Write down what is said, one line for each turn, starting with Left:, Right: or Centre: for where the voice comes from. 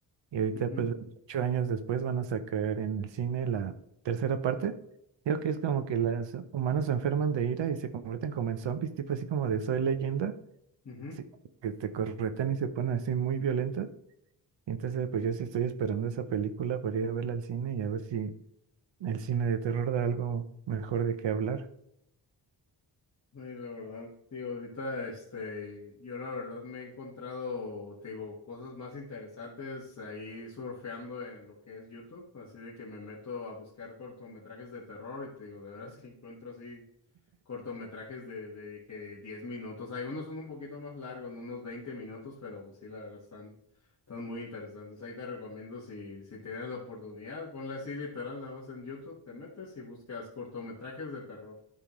Right: Y ahorita,
Left: ujú,
Right: pues, ocho años después van a sacar en el cine la tercera parte. Creo que es como que los humanos se enferman de ira y se convierten como en zombies, tipo así como de Soy Leyenda.
Left: ujú.
Right: Así que te corretan y se ponen así muy violentos. Y entonces, pues yo sí estoy esperando esa película para ir a verla al cine y a ver si el cine de terror da algo mejor de qué hablar.
Left: Sí, la verdad, digo, ahorita, este, yo la verdad me he encontrado, te digo, cosas más interesantes ahí surfeando en lo que es YouTube, así de que me meto a buscar cortometrajes de terror y te digo, de veras <laughs> que encuentro así cortometrajes de, de, de que 10 minutos, algunos son un poquito más largos, ¿no? unos 20 minutos, pero pues sí, la verdad están, están muy interesantes. Ahí te recomiendo si, si tienes la oportunidad, ponle así literal, nada más en YouTube, te metes y buscas cortometrajes de terror.